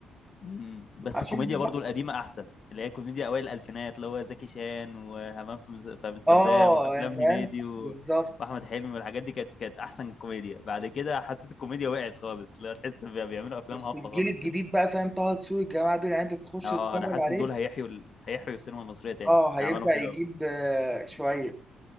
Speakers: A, on the left; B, in the centre.
A: مم. بس
B: عشان
A: الكوميديا
B: دي بتاع-
A: برضو القديمة أحسن اللي هي كوميديا أوائل الألفينات اللي هو زكي شان وهمام في مز- في أمستردام
B: اه
A: وأفلام
B: يا فاهم
A: هنيدي و...
B: بالظبط
A: وأحمد حلمي والحاجات دي كانت كانت أحسن كوميديا بعد كده حسيت الكوميديا وقعت خالص لا تحس بي- بيعملوا أفلام
B: بس
A: هابطة
B: الجيل
A: خالص
B: الجديد
A: كده
B: بقى فاهم طه دسوقي الجماعة دول يعني أنت تخش
A: أه
B: تتفرج
A: أنا حاسس
B: عليه
A: إن دول هيحيوا ال... هيحيوا السينما المصرية تاني
B: اه هيبدأ
A: ده أعمالهم حلوة
B: يجيب
A: أوي
B: آه، شوية